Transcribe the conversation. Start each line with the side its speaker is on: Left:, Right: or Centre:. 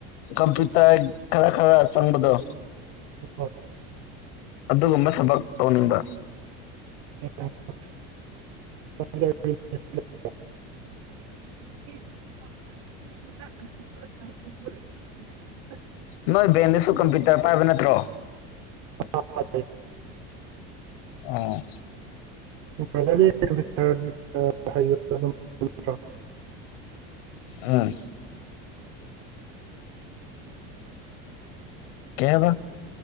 Left: ꯀꯝꯄ꯭ꯌꯨꯇꯔ ꯈꯔ ꯈꯔ ꯆꯪꯕꯗꯣ
Right: ꯍꯣꯏ
Left: ꯑꯗꯨꯒꯨꯝꯕ ꯊꯕꯛ ꯇꯧꯅꯤꯡꯕ
Right: <unintelligible>
Left: ꯅꯣꯏ ꯕꯦꯟꯗꯤꯁꯨ ꯀꯝꯄꯤ ꯄꯥꯏꯕ ꯅꯠꯇ꯭ꯔꯣ
Right: ꯑ ꯐ
Left: ꯑꯣ
Right: <unintelligible>
Left: ꯑꯥ ꯀꯦꯕ